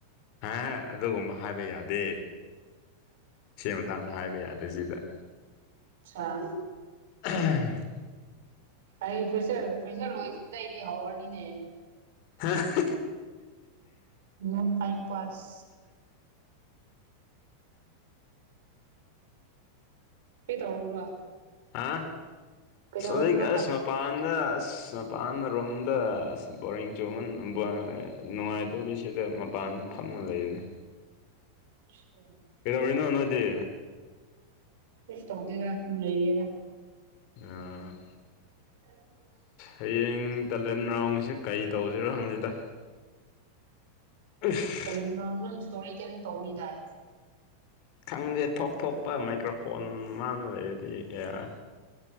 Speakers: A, on the left; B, on the right.
A: ꯍꯥ ꯑꯗꯨꯒꯨꯝꯕ ꯍꯥꯏꯕ ꯌꯥꯗꯦ ꯁꯤ ꯃꯇꯥꯡꯗ ꯍꯥꯏꯕ ꯌꯥꯗꯦ ꯁꯤꯗ
B: ꯑꯠꯆꯥ
A: <unintelligible>
B: ꯑꯩ ꯐꯦꯁꯔ ꯐꯦꯁꯦꯜ ꯂꯣꯏꯈꯤꯕꯗꯩꯗꯤ ꯍꯧꯔꯅꯤꯅꯦ
A: ꯍꯥ
B: ꯅꯣ ꯇꯥꯏꯝ ꯄꯥꯁ ꯀꯩ ꯇꯧꯔꯝꯕ꯭ꯔ
A: ꯍꯥ
B: ꯀꯩꯗꯧꯔꯝꯕ꯭ꯔꯣꯕ
A: ꯍꯧꯖꯤꯛ ꯑꯁ ꯃꯄꯥꯟꯗ ꯑꯁ ꯄꯥꯟꯅ ꯔꯣꯝꯗ ꯑꯁ ꯕꯣꯔꯤꯡ ꯆꯣꯃꯟ ꯅꯨꯡꯉꯥꯏꯇꯧꯒꯤ ꯁꯤꯗ ꯃꯄꯥꯟꯗ ꯐꯃ ꯂꯩꯕꯅꯤ
B: <unintelligible>
A: ꯀꯩꯗꯧꯔꯤꯅꯣ ꯅꯣꯏꯗꯤ
B: ꯀꯔꯤꯁꯨ ꯇꯧꯗꯦꯅ ꯁꯨꯝ ꯂꯩꯑꯦꯅ
A: ꯎꯝ
B: <unintelligible>
A: ꯍꯌꯦꯡ ꯇꯦꯂꯦꯟ ꯔꯥꯎꯟꯒꯤꯁꯦ ꯀꯩ ꯇꯧꯁꯤꯔ ꯈꯪꯗꯦꯗ <unintelligible>
B: ꯇꯔꯤꯟ ꯔꯥꯎꯟꯗꯣ ꯏꯁꯇꯣꯔꯤ ꯇꯦꯂꯤꯟ ꯇꯧꯅꯤꯗꯥꯏ
A: ꯈꯪꯗꯦ ꯊꯣꯛ ꯊꯣꯛꯄ ꯃꯥꯏꯀ꯭ꯔꯐꯣꯟ ꯃꯥꯡꯗ ꯂꯩꯔꯗꯤ ꯌꯥꯔꯦ